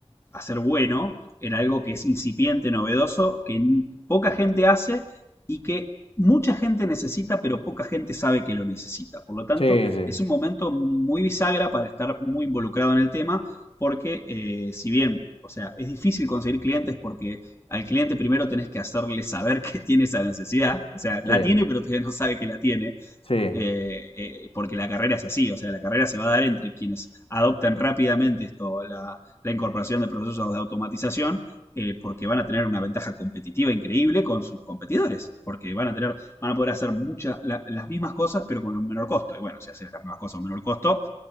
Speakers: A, on the left; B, on the left.
A: a ser bueno en algo que es incipiente, novedoso, que n- poca gente hace y que mucha gente necesita, pero poca gente sabe que lo necesita. Por lo tanto,
B: Sí, sí,
A: es un momento muy bisagra para estar muy involucrado en el tema, porque eh, si bien, o sea, es difícil conseguir clientes porque al cliente primero tenés que hacerle saber <laughs> que tiene esa necesidad. O sea, la
B: sí,
A: tiene, pero todavía no sabe que la tiene.
B: sí.
A: eh, eh, porque la carrera es así. O sea, la carrera se va a dar entre quienes adoptan rápidamente esto, la, la incorporación de procesos de automatización. eh, porque van a tener una ventaja competitiva increíble con sus competidores. Porque van a tener, van a poder hacer muchas, la, las mismas cosas, pero con un menor costo. Y bueno, si haces las mismas cosas a un menor costo,